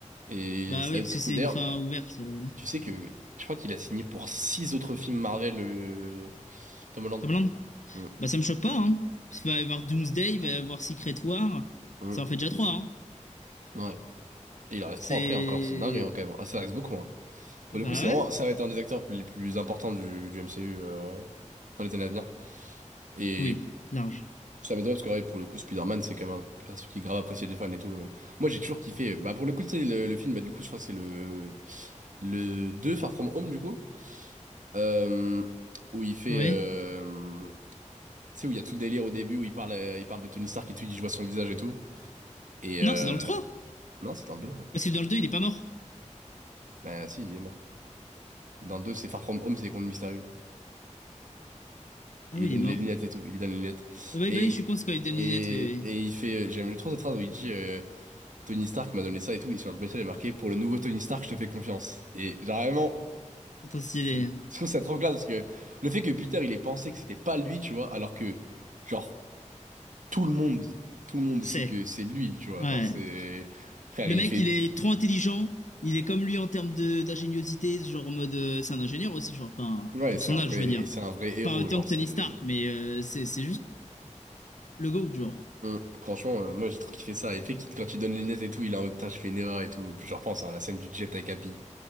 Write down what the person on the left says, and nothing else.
Bah
oui,
parce
que c'est
une fin ouverte. euh.
Tomland
Bah, ça me choque pas, hein. Parce qu'il va y avoir Doomsday, il va y avoir Secret War.
Ça en fait déjà trois, hein.
C'est.
Bah
ouais.
Oui, large.
Ouais.
Non, c'est dans le trois
Parce que dans le deux il est pas mort.
Ah
oui,
il est mort.
Ah, bah, oui,
bah oui,
je suis con, c'est quand il donne
une lunette, oui, oui.
C'est trop
stylé.
C'est.
Ouais.
Le
mec,
il est trop intelligent. Il est comme lui en termes de d'ingéniosité, genre en mode. euh, c'est un ingénieur aussi, genre. Enfin,
pour
son
âge,
je veux
dire.
Pas autant
que
Tony Stark, mais euh, c'est c'est juste le GOAT, genre.